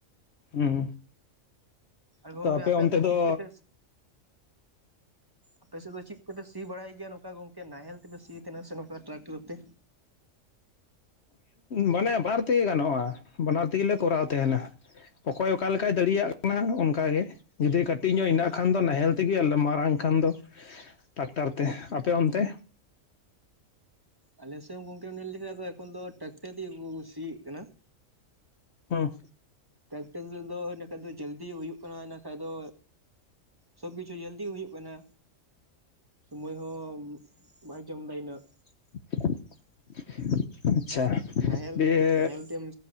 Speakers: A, on the left; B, on the right.
A: ᱦᱩᱸ
B: ᱟᱨ ᱜᱚᱝᱠᱮ
A: ᱛᱚ ᱟᱯᱮ ᱚᱱᱛᱮ ᱫᱚ
B: ᱪᱮᱫ ᱛᱮᱯᱮ ᱟᱯᱮ ᱥᱮᱫ ᱫᱚ ᱪᱮᱫ ᱛᱮᱯᱮ ᱥᱤ ᱵᱟᱲᱟᱭ ᱜᱮᱭᱟ ᱱᱚᱝᱠᱟ ᱜᱚᱝᱠᱮ ᱱᱟᱦᱮᱞ ᱛᱮᱯᱮ ᱥᱤᱭ ᱛᱟᱦᱮᱱᱟ ᱥᱮ ᱱᱚᱝᱠᱟ ᱴᱨᱟᱠᱴᱚᱨ ᱛᱮ?
A: ᱢᱟᱱᱮ ᱵᱟᱨ ᱛᱮᱜᱮ ᱜᱟᱱᱚᱜᱼᱟ ᱵᱟᱱᱟᱨ ᱛᱮᱜᱮᱞᱮ ᱠᱚᱨᱟᱣ ᱛᱟᱦᱮᱱᱟ ᱚᱠᱚᱭ ᱚᱠᱟ ᱞᱮᱠᱟᱭ ᱫᱟᱲᱮᱭᱟᱜ ᱚᱱᱟ ᱚᱱᱠᱟ ᱜᱮ ᱡᱩᱫᱤ ᱠᱟᱹᱴᱤᱡ ᱧᱚᱜ ᱦᱮᱱᱟᱜ ᱠᱷᱟᱱ ᱫᱚ ᱱᱟᱦᱮᱞ ᱛᱮᱜᱮ ᱟᱨ ᱢᱟᱨᱟᱝ ᱠᱷᱟᱱ ᱫᱚ ᱴᱟᱠᱴᱟᱨᱛᱮ ᱟᱯᱮ ᱚᱱᱛᱮ?
B: ᱟᱞᱮᱥᱮᱫ ᱜᱚᱝᱠᱮᱢ ᱚᱱᱮ ᱞᱮᱭᱠᱮᱫ ᱮᱠᱷᱚᱱ ᱫᱚ ᱴᱨᱟᱠᱴᱟᱨ ᱫᱮᱜᱮ ᱠᱚ ᱥᱤᱭᱮᱜ ᱠᱟᱱᱟ
A: ᱦᱩᱸ
B: ᱴᱨᱟᱠᱴᱟᱨ ᱛᱮᱫᱚ ᱤᱱᱟᱹ ᱠᱷᱟᱱᱡ ᱫᱚ ᱡᱚᱞᱫᱤ ᱦᱩᱭᱩᱜ ᱠᱟᱱᱟ ᱤᱱᱟᱹ ᱠᱷᱟᱡ ᱫᱚ ᱥᱚᱵ ᱠᱤᱪᱷᱩ ᱡᱚᱞᱫᱤ ᱦᱩᱭᱩᱜ ᱠᱟᱱᱟ ᱥᱳᱢᱳᱭ ᱦᱚᱸ ᱵᱟᱭ ᱡᱚᱢ ᱮᱫᱟ ᱤᱱᱟᱹᱜ
A: <unintelligible> ᱟᱪᱪᱷᱟ
B: ᱟᱨ ᱱᱟᱦᱮᱞ
A: ᱫᱤᱭᱮ
B: ᱱᱟᱦᱮᱞ ᱛᱮᱢ